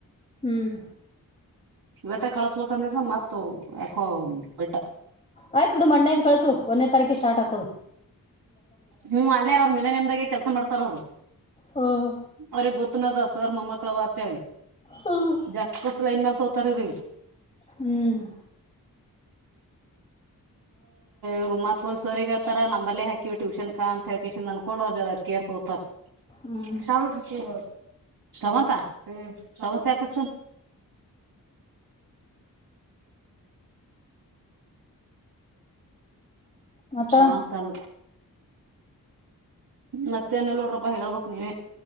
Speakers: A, on the left (about 20°); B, on the right (about 90°).
A: ಹ್ಮ್
B: ಇವತ್ತ ಕಳಸ್ಬೇಕಂದ ಮತ್ತ ಯಾಕೋ ಬೆಟ್ಟ
A: ಆಯ್ತ್ ಬಿಡು ಮಂಡೆಯಿಂದ ಕಳ್ಸು ಒಂದೇ ತಾರೀಕು ಸ್ಟಾರ್ಟ್ ಆಗ್ತದ
B: ಹ್ಮ್ ಅಲ್ಲೇ ಅವರು ಮೇಲೆ ನೆಮದಾಗೆ ಕೆಲ್ಸ ಮಾಡ್ತಾರ ಅವರು
A: ಹ್ಮ್
B: ಅವ್ರಿಗೆ ಗೊತ್ತನದ ಸರ್ ಮಮ್ಮ ಕಳ ವತಿ
A: ಹ್ಮ್
B: ಜಾಗತ ಸಲೈನ್ ನ ತೋತಾರೆ ರ
A: ಹ್ಮ್
B: ಇವ್ ಮತ್ ಹ್ ಸರ್ ಹಳ್ತಾರ ನಂಬಲ್ಲೇ ಹಾಕಿವವಿ ಟ್ಯೂಷನ್ ಕಾ ಅಂತ ಹೇಳಳ್ಕ ಅನ್ಕೊಂಡ್ ಅವ್ರ ಜ ತೋತಾರ
A: ಹ್ಮ್
B: ಶ ಶ್ರವಂತ ಶ್ರವಂತ ಆಕಚನ್
A: ಮತ್ತ
B: ಶ್ರವಂತ ಅಲ್ಲ ಮತ್ತೆನ ನೋಡ್ರಪ್ಪ ಹೇಳ್ಬ ನೀವ